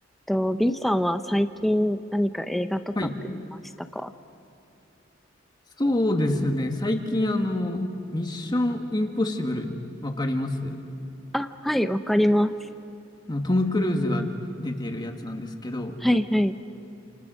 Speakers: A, in the centre; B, on the left.
A: と、B さんは最近何か映画とかって見ましたか
B: はい。そうですね。最近、あの、ミッションインポッシブル、わかります
A: あ、はい、わかります。
B: あの、トム・クルーズが出てるやつなんですけど、
A: はいはい。